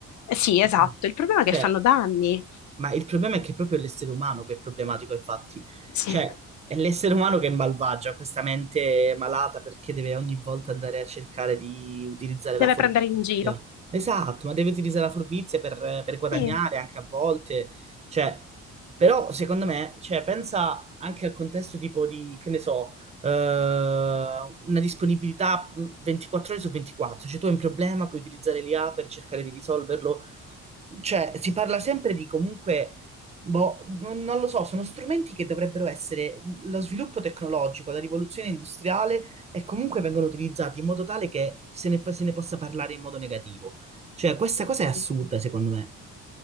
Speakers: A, on the left (about 70°); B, on the right (about 20°).
A: eh, Sì,
B: Diciamo.
A: esatto, il problema è che
B: Cioè,
A: fanno danni.
B: Ma il problema è che è proprio l'essere umano che è problematico, infatti.
A: Sì,
B: Cioè, è l'essere umano che è malvagio, ha questa mente malata perché deve ogni volta andare a cercare di utilizzare
A: deve
B: la furbizia.
A: prendere in giro.
B: Esatto, ma deve utilizzare la furbizia per, per guadagnare
A: Sì.
B: anche a volte. Cioè, però, secondo me, cioè, pensa anche al contesto tipo di, che ne so, eh, una disponibilità mh, 24 ore su 24. Cioè, tu hai un problema, puoi utilizzare l'IA per cercare di risolverlo cioè, si parla sempre di comunque, boh, non, non lo so, sono strumenti che dovrebbero essere lo sviluppo tecnologico, la rivoluzione industriale e comunque vengono utilizzati in modo tale che se ne, fa- se ne possa parlare in modo negativo. Cioè, questa cosa è assurda,
A: Sì.
B: secondo me.